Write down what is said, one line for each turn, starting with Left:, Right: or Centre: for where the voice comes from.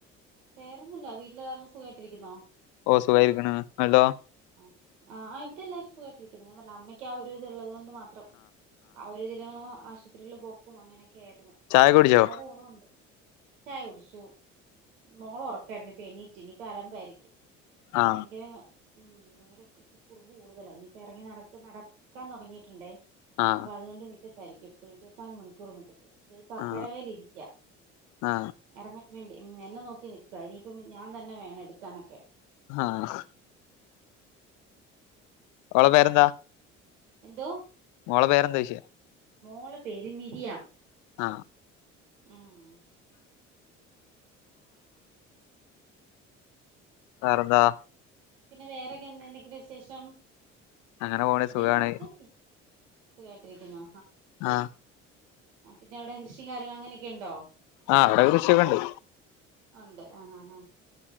Right: വേറൊന്നുല്ലവീട്ടില്‌ സുഖായിടിരിക്കുന്നോ
Left: ഓ സുഖായിരിക്ക്ണ് ങ്ങൾക്കോ
Right: ആ ആ ഇവിടെ എല്ലാരും സുഖായിട്ടിരിക്ക്ണ് പിന്നെഞാൻ പറഞ്ഞില്ലെഅമ്മയ്ക്ക് ആ ഒരു ഇത് ഉള്ളത കൊണ്ട് മാത്രം ആ ഒരു ഇതിലങ്ങള്ആശുപത്രിയിൽ പോക്കും അങ്ങനെ ഒക്കെയായിരുന്നു
Left: ചായ
Right: ഇപ്പൊ
Left: കുടിച്ചോ
Right: ഒരുപാട് കുറവുണ്ട് ചായ കുടിച്ചു മോള് ഒറക്കായിരുന്നു എണീറ്റ് ഇനിപ്പ അലപ്പായിരിക്കും
Left: ആ
Right: ഭയങ്കര ഭയങ്കര കുറുമ്പ് കൂടുതലാ ഇനിയിപ്പോ എറങ്ങി നടക്കാൻ തുടങ്ങിയിട്ടുണ്ടേ
Left: ആ
Right: അപ്പൊ അതുകൊണ്ട് മീറ്റത്തായിരിക്കും എപ്പോഴുംഇരിത്തിനാല് മണിക്കൂർമുറ്റത്ത് നി പപ്പേടേലിരിക്യ
Left: ആ ആ
Right: എറങ്ങി വേണ്ടി എന്നെ നോക്കി നിക്കാ ഇനിയിപ്പം ഞാൻ തന്നെ വേണം എടുക്കാനൊക്കെ
Left: ആഹ ഒളെപേരെന്താ
Right: എന്തോ
Left: മോളെ പേരെന്താ ചോയിച്ച്
Right: മോളെ പേര് മിരിയാം
Left: ആ
Right: മം
Left: വെറെന്താ
Right: പിന്നെ വെറെന്താ ക്കെ എന്തെക്കെ വിശേഷം
Left: അങ്ങനെ പോണ്
Right: എന്തേലും
Left: സുഖാണ്
Right: സംസാരിക്ക് സുഖയിട്ടിരിക്കുന്നോ
Left: ആഹ്
Right: പിന്നെഅവിടെ കൃഷികാര്യഅങ്ങനെയൊക്കെഉണ്ടോ
Left: ആ അവിടെ കൃഷിയൊക്കെ ഉണ്ട്
Right: ഉണ്ട് ആ ആ ആ